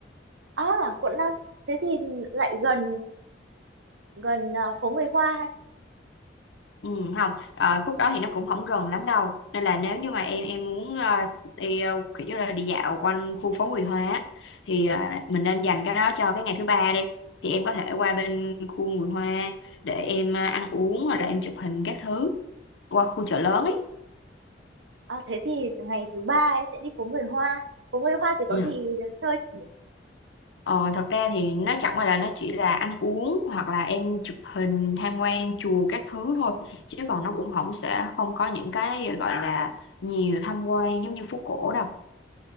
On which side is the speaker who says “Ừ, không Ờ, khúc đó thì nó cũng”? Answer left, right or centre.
Left